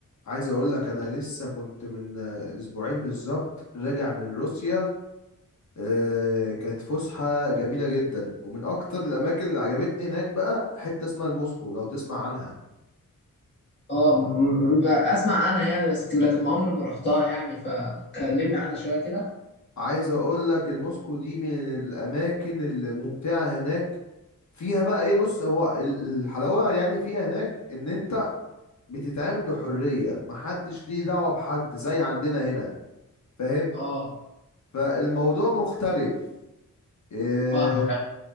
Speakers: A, on the left; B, on the left.
A: عايز اقول لك انا لسه كنت من آه، اسبوعين بالظبط راجع من روسيا آه، كانت فسحة جميلة جدا ومن اكتر الاماكن اللي عجبتني هناك بقى حتة اسمها الموسكو لو تسمع عنها
B: اه م- م- اسمع عنها يعني بس لكن ما عمري ما رحتها يعني فكلمني عنها شويه كده
A: عايز اقول لك الموسكو دي من الاماكن الممتعة هناك فيها بقى ايه بص هو ال- الحلاوة يعني فيها هناك ان انت بتتعامل بحرية محدش ليه دعوة بحد زي عندنا هنا فاهم
B: اه
A: فالموضوع مختلف إيه،
B: فاهمك أيوة.